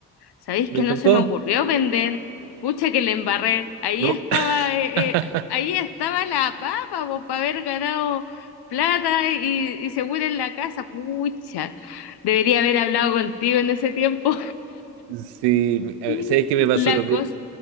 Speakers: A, on the left (about 70°); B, on the right (about 80°).
A: ¿Sabéis
B: Me
A: que
B: encantó.
A: no se me ocurrió vender? Pucha que le embarré. Ahí
B: No.
A: estaba, eh,
B: <laughs>
A: eh, ahí estaba la papa, po, para haber ganado plata y, y seguro en la casa. Pucha, debería haber hablado contigo en ese tiempo.
B: Sí, mi- a
A: <laughs>
B: ver, sabes que me pasó
A: La
B: lo mismo.
A: cosa,